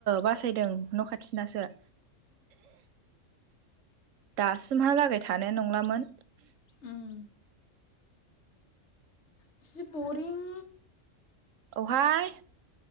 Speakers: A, on the right; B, on the left.
A: बासा यदों न खाथिनासो। दासिमहा लागै थानाय नंलामोन
B: उम मासि बरिं
A: औहाय